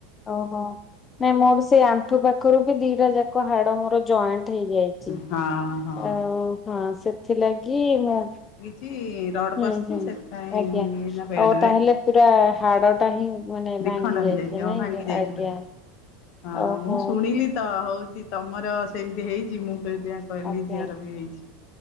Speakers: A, on the left; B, on the left.
A: ଓହୋ ନାଇଁ ମୋର ସେଇ ଆଣ୍ଠୁ ପାଖରୁ ବି ଦିଟା ଯାକ ହାଡ ମୋର ଜଏଣ୍ଟ୍। ହେଇଯାଇଛି
B: ହଁ ହଁ
A: ଆଉ ହଁ ସେଥିଲାଗି ମୁଁ
B: କି ରଡ୍
A: ହୁଁ
B: ପଶଛି
A: ହୁଁ
B: ସେଥିପାଇଁ
A: ଆଜ୍ଞା।
B: ଏନା ବେଡ୍
A: ଆଉ
B: ରେ।
A: ତାହେଲେ ପୁରା ହାଡ ଟା ହିଁ। ମାନେ
B: ଦି
A: ଭାଙ୍ଗି
B: ଖଣ୍ଡ
A: ଯାଇଛି
B: ହେଇଯାଇଛି ହଁ
A: ନାଇଁ
B: ଭାଙ୍ଗି ଯାଇଛି
A: ଆଜ୍ଞା।
B: ପୁରା ହଁ
A: ଓହୋ
B: ମୁଁ ଶୁଣିଲି ତ ହଉଛି। କି ତମର ସେମିତି ହେଇଛି ମୁଁ <unintelligible> କହିଲି
A: ଆଜ୍ଞା
B: ଝିଅର ବି ହେଇଛି।